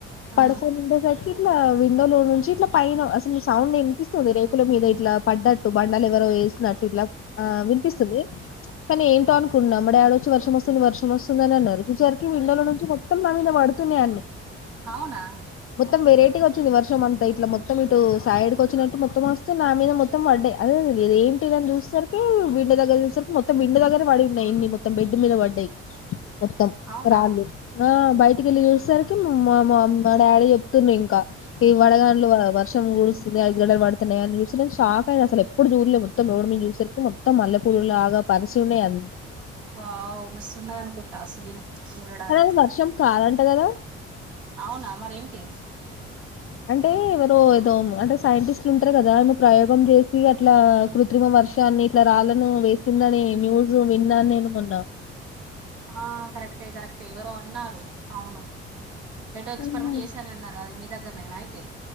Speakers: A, on the right; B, on the left.
A: ఆ
B: పడుకోనుండేసరికి ఇట్లా విండో లో నుంచి ఇట్లా పైన అసలు సౌండ్ ఎనిపిస్తుంది రేకుల మీద ఇట్లా పడ్డట్టు బండలు ఎవరో వేసినట్టు ఇట్ల ఆ వినిపిస్తుంది కానీ ఏంటో అనుకుంటున్నా మా డాడ్ వచ్చి వర్షం వస్తుంది వర్షం వస్తుందని అన్నారు చూసేసరికి విండలో నుంచి మొత్తం నా మీద పడుతున్నాయి అన్ని
A: అవునా
B: మొత్తం వెరైటీగా వచ్చింది వ వర్షం అంతా ఇట్లా మొత్తం ఇటు సైడ్కు వచ్చినట్టు మొత్తం వస్తే నా మీద మొత్తం పడ్డాయి అదే ఇదేంటిని చూస్తార్ క్ విండో దగ్గర చూసరికి మొత్తం విండో దగ్గర పడి ఉన్నాయి ఎన్ని మొత్తం బెడ్ మీద పడ్డాయి మొత్తం
A: అవునా
B: రాళ్ళు ఆ బయటికి వెళ్ళి చూసరికి మా మా అమ్ మా డాడీ చెప్తున్ను ఇంకా ఈ వడగాండ్లు వ-వర్ష మొత్తం గుడుస్తున్నాయ్ ఐస్ గడ్డలు పడుతున్నాయని చూస్తే షాక్ అయిన అసలు ఎప్పుడు చూడలే మొత్తం రోడ్ మీద చూస్సరికి మొత్తం మల్లెపూలు లాగా పరిసీ ఉన్నాయి అం
A: వావ్ మస్తున్నా అనుకుంటా ఆ సీన్ చూడడానికి
B: కానీ అది వర్షం కారంట కదా
A: అవునా మరేంటి
B: అంటే ఎవరో ఏదో అంటే సైంటిస్ట్లు ఉంటారు కదా ఆమె ప్రయోగం చేసి అట్లా కృత్రిమ వర్షాన్ని ఇట్లా రాళ్ళను వేసిందని న్యూస్ విన్నాన్ నేను మొన్న
A: ఆ కరెక్టే కరెక్టే ఎవరో అన్నారు అవును ఏటో ఎక్స్పరిమెంట్
B: ఆహా!
A: చేసాన్అన్నారు అది మీర్ దగ్గర్నేన అయితే